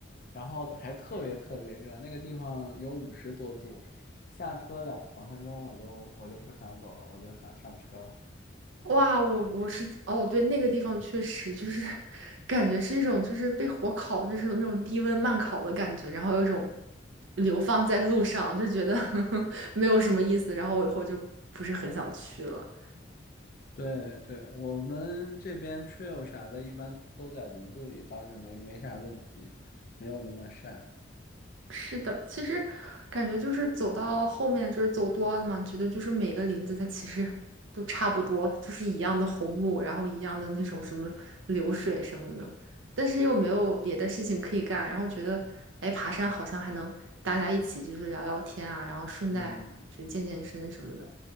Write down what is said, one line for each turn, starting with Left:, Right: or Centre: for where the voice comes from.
Left: 然后还特别特别热，那个地方有五十多度，下车两分钟我就我就不想走了，我就想上车了。
Right: 哇，我我是哦，对，那个地方确实就是 <laughs> 感觉是一种就是被火烤，就是那种低温慢烤的感觉，然后有一种流放在路上，就觉得 <laughs> 没有什么意思，然后我以后就不是很想去了。
Left: 对对，我们这边 trail 啥的，一般都在林子里，倒是没没啥问题，没有那么晒。
Right: 是的，其实感觉就是走到后面，就是走多了嘛，觉得就是每个林子它其实 <laughs> 都差不多，就是一样的红木，然后一样的那种什么流水什么的，但是又没有别的事情可以干，然后觉得，哎，爬山好像还能大家一起就是聊聊天啊，然后顺带还能是健健身什么的，
Left: 嗯，